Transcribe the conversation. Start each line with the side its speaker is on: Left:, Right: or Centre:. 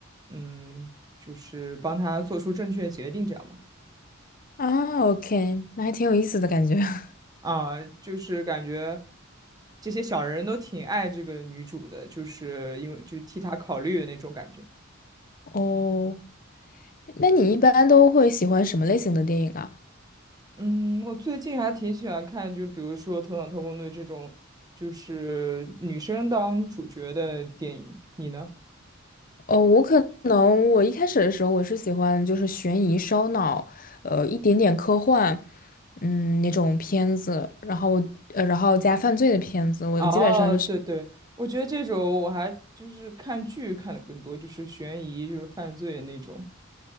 Right: 嗯，就是帮他做出正确的决定这样吧。
Left: 啊，OK，那还挺有意思的感觉。<laughs>
Right: 啊，就是感觉这些小人都挺爱这个女主的，就是因为就是替她考虑的那种感觉。
Left: 哦，那你一般都会喜欢什么类型的电影啊？
Right: 嗯，我最近还挺喜欢看，就比如说《头脑特工队》这种，就是女生当主角的电影。你呢？
Left: 哦，我可能我一开始的时候我是喜欢就是悬疑、烧脑，呃，一点点科幻，嗯，那种片子，然后呃，然后加犯罪的片子，我基本上就是。
Right: 哦，对对，我觉得这种我还就是看剧看的更多，就是悬疑，就是犯罪那种。